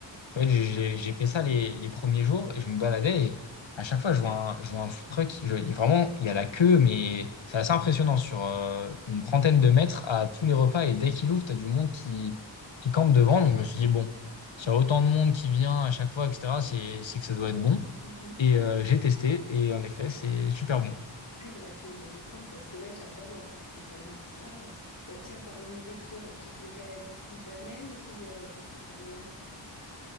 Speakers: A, on the left (about 75°); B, on the left (about 45°).
A: En fait, j'ai j'ai fait ça les, les premiers jours et je me baladais et à chaque fois, je vois un, je vois un food truck. Je- il- vraiment, il y a la queue, mais c'est assez impressionnant sur euh, une
B: Mhm.
A: trentaine de mètres à tous les repas. Et dès qu'il ouvre, tu as du monde qui, qui campe devant. Donc, je me suis dit, bon, s'il y a autant de monde qui vient à chaque fois, etc., c'est, c'est que ça doit être bon.
B: Mhm.
A: Et euh, j'ai testé et en effet, c'est super bon.
B: Ah, il faudra que tu me donnes le coin parce que là, j'adore la bouffe libanaise. Ah, bah tiens, parlons de nourriture. Tu dirais bouffe libanaise ou euh, bouffe italienne?